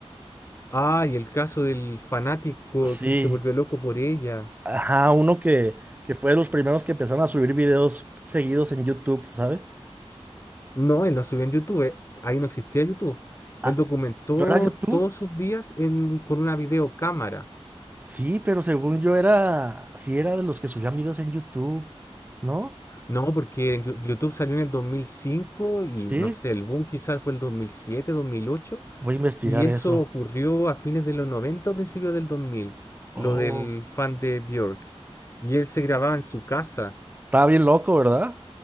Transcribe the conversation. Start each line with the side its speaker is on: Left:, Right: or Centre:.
Left: Ah, y el caso del fanático
Right: Sí,
Left: que se volvió loco por ella.
Right: ajá, uno que, que fue de los primeros que empezaron a subir videos seguidos en YouTube, ¿sabes?
Left: No, él no subió en YouTube. eh, Ahí no existía YouTube.
Right: Ah,
Left: Él documentó
Right: ¿no era YouTube?
Left: todos sus días en- con una videocámara.
Right: Sí, pero según yo era, sí era de los que subían videos en YouTube, ¿no?
Left: No, porque en Yu- YouTube salió en el 2005 y
Right: Sí,
Left: no sé, el boom quizás fue el dos dos mil siete dos mil ocho
Right: voy a investigar
Left: Y eso
Right: eso.
Left: ocurrió a fines de los 90 o principios del dos mil lo
Right: Oh,
Left: del fan de Björk. Y él se grababa en su casa
Right: estaba bien loco, ¿verdad?